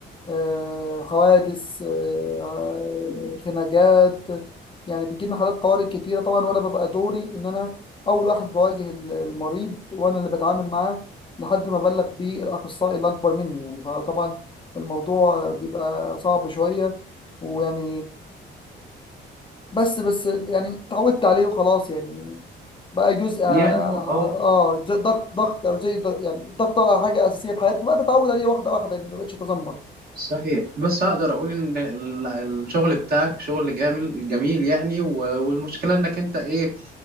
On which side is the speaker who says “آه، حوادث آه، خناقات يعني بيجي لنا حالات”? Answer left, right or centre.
Left